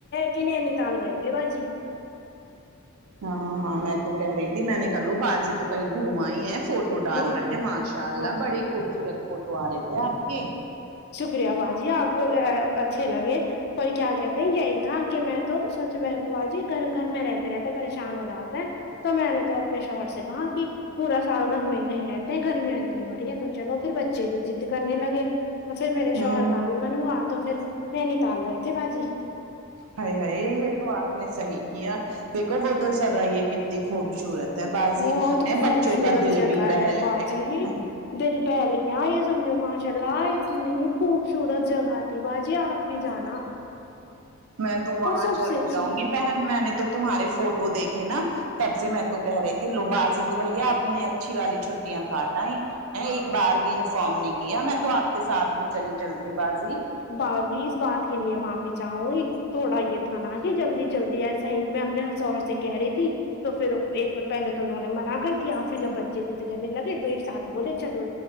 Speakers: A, on the left; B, on the right.
A: کہ نینتال گئے تھے باجی
B: ہاں ہاں میں تو کہہ رہی تھی میں نے کہ لو بازی تو کہیں گھوم آئی ہے فوٹو فوٹو ڈال
A: ہاں
B: رکھے ہیں ماشاء اللہ
A: ہاں
B: بڑے خوبصورت فوٹو آرکھی ہے آپ کے
A: شکریہ باجی آپ کو اچھے لگے پر کیا کہتے ہیں یہی تھا کہ میں تو میں باجی گھر گھر میں رہتا رہتے پریشان ہو جاتے ہے تو میں نے تو اپنے شوہر سے کہا کہ پورا سال گھر میں ہی کہیں رہتے ہیں گرمیاں اتنی ہو رہی ہیں تو چلو پھر بچے بھی ضد کرنے لگے تو پھر میرے
B: ہوں
A: شوہر کا بھی من ہوا تو پھر نینی تال گئے تھے باجی
B: ہائی ہائی یہ تو آپ نے صحی کیا دیکھو وہ تو زیادہ یہ کتنی خوبصورت ہے بازی
A: بہت
B: ہے
A: خوبصورت
B: بچوں کا دل
A: جگہ
B: بھی بہل
A: ہے
B: گ
A: باجی دل بہل گیا یہ سمجھو ماشاء اللہ اتنی خوبصورت جگہ تھی باجی آپ بھی جانا
B: میں تو وہاں
A: اور سب
B: ضرور
A: سے اچھی
B: جاؤں گی بہن میں نے تو تمہارے فوٹو دیکھے نا تب سے میں تو کہہ رہی تھی لو بازی تو بھیا اپنی اچھی والی چھٹیاں کاٹ آئی
A: ہاں
B: ایک بار بھی انفارم نہیں کیا میں تو آپ کے ساتھ بھی چلی چلتی بازی
A: باضی اس بات کے لیے معافی چاہوں گی تھوڑا یہ تھا نا کہ جلدی جلدی ایسے میں اپنے شوہر سے کہہ رہی تھی تو پھر ایک پہلے تو انہوں نے منا کر دیا پھر جب بچے بھی ضد کرنے لگے تو ایک ساتھ تو بولے چلو